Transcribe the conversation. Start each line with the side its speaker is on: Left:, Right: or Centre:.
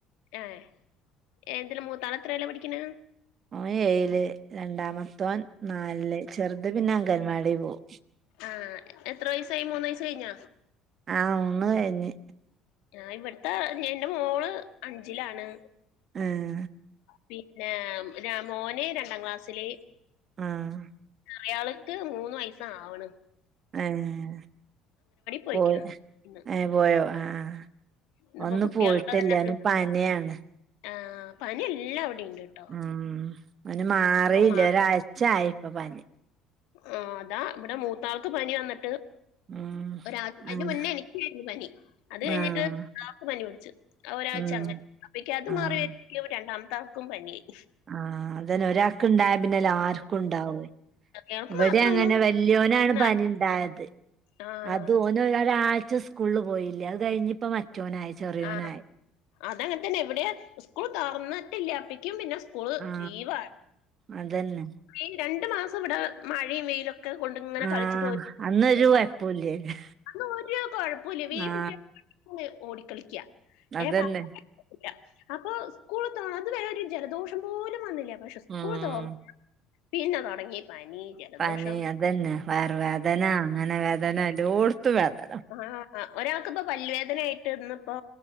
Left: ഏഹ് എന്ത്‌ല് മൂതാൾ എത്രേലാ പഠിക്കണെ
Right: ഓൻ ഏയില് രണ്ടാമത്തോൻ നാല്ൽ ചെറുത് പിന്നെ അംഗൻവാടി പോവും
Left: ആഹ് എത്ര വയസായി മൂന്ന് വയസ് കഴിഞ്ഞ
Right: ആഹ് മൂന്ന് കഴിഞ്ഞ്
Left: ആ് ഇവിടുത്തെ എന്റെ മോള് അഞ്ചിലാണ്
Right: മ്
Left: പിന്നെ മോന് രണ്ടാം ക്ലാസ്സില്
Right: ആഹ്
Left: ചെറിയാൾക്ക് മൂന്ന് വയസാവ്ണ്
Right: ഏഹ്
Left: പോയിക്കണ്
Right: പോയ്
Left: ഇന്ന്
Right: ഏ പോയോ ആഹ്
Left: ഇന്നിപ്പോ
Right: ഒന്ന്
Left: കുട്ടികളുള്ളത്
Right: പോയിട്ടില്ല
Left: തന്നെ
Right: അന്
Left: ഒരു
Right: പനിയാണ്
Left: ആഹ് പനി എല്ലാവിടിംണ്ട്
Right: ഉം പനി മാറിയില്ല
Left: മാ
Right: ഒരാഴ്ച്ചായി ഇപ്പോ പനി
Left: ആഹ് അതാ ഇവിടെ മൂത്താൾക്ക് പനി വന്നിട്ട്
Right: ഉം
Left: ഒരാ അതിന്റെ
Right: ആഹ്
Left: മുന്നേ എനിക്കായിരുന്നു പനി അത് കഴിഞ്ഞിട്ട്
Right: ആഹ്
Left: മുത്ത ആൾക്ക് പനി പിടിച്ചു ഒരാഴ്ച
Right: ഉം
Left: അങ്ങനെ അപ്പേക്ക് അത്
Right: ആഹ്
Left: മാറി വരുമ്പോയെക്കു രണ്ടാമത്തെ ആൾക്കും പനിയായി
Right: ആഹ് അതന്നെ ഒരാൾക്ക് ഇണ്ടായ പിന്നെല്ലർക്കും ഉണ്ടാവും
Left: ചെറിയാൾക്ക്
Right: ഇവിടെ
Left: മാത്രൊന്നും
Right: അങ്ങന്നെ വല്യോനാണ്
Left: ഒന്ന
Right: പനി ഇണ്ടായത്
Left: ആഹ്
Right: അത് ഓൻ ഒരാഴ്ച സ്കൂളിൽ പോയില്ല അത് കഴിഞ്ഞിപ്പോ മറ്റോനായി ചെറിയോനായി
Left: ആ അതങ്ങനെ തന്നെ ഇവിടെ സ്കൂൾ തുറന്നിട്ടില്ല അപ്പിക്കും പിന്നെ സ്കൂ സ്കൂള്
Right: ആ
Left: ലീവ് ആയി
Right: അതന്നെ
Left: ഈ രണ്ടു മാസം ഇവിടെ മഴയും വെയിലൊക്കെ കൊ ഇക്ക കൊണ്ട് ഇങ്ങനെ
Right: ആ
Left: കളിച്ചിട്ട്
Right: അന്നൊരു
Left: <unintelligible>
Right: കുഴപ്പൂല്ലേന്
Left: അന്ന് ഒരു കൊഴപ്പില്ല ഈ
Right: ആ
Left: കുട്ടിക ഓടിക്കളിക്ക
Right: അതന്നെ
Left: ഏ പറ പോകുലാ അപ്പൊ സ്കൂൾ തുറ അതു വരെ ഒരു ജലദോഷം പോലും വന്നില്ല പക്ഷെ സ്കൂൾ
Right: ഉം
Left: തുറ പിന്നെ തുടങ്ങി പനി ജലദോഷം
Right: പനി അതന്നെ വയർ വേദന അങ്ങനെ വേദന ഏലോട്‌ത്ത്‌വേദന
Left: ആഹ് അഹ് ഒരാൾക്ക് ഇപ്പോ പല്ല് വേദനയായിട്ട് ഇന്ന് പോ